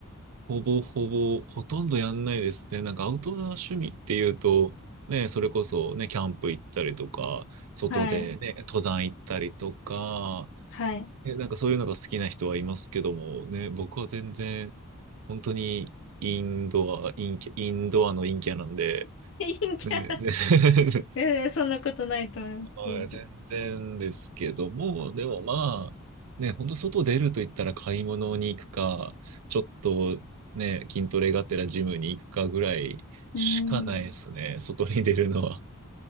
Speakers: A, on the right; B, on the left.
A: ほぼほぼ、ほとんどやんないですね。なんかアウトドア趣味っていうと、ね、それこそね、キャンプ行ったりとか、外でね、
B: はい。
A: 登山行ったりとか、
B: はい。
A: ね、なんかそういうのが好きな人はいますけども、ね、僕は全然、本当にインドア、インキャ、インドアの陰キャなんで、
B: <laughs> 陰キャ。
A: ね、ね <laughs>
B: いやいやそんなことないと思います。
A: はい、
B: 全然。
A: 全然ですけども、でもまあ、ね、本当外出ると言ったら買い物に行くか、ちょっとね、筋トレがてらジムに行くかぐらいしかないですね、
B: うーん。
A: 外に出るのは。